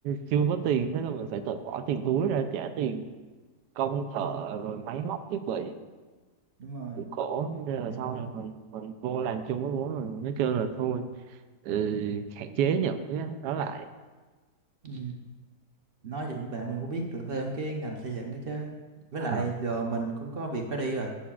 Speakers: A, on the right; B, on the right.
A: chưa có tiền
B: ừ
A: thế là mình phải tự bỏ tiền túi ra trả tiền công thợ
B: ừ,
A: rồi máy móc thiết bị
B: đúng rồi
A: cũng khổ thế nên là
B: thì
A: sau
B: đó
A: này mình mình vô làm chung với bố mình mới kêu là thôi ừ, hạn chế những cái đó lại
B: ừ nói chuyện với bạn mình cũng biết được thêm cái ngành xây dựng đó chứ với
A: Ờ,
B: lại giờ mình cũng có việc phải đi rồi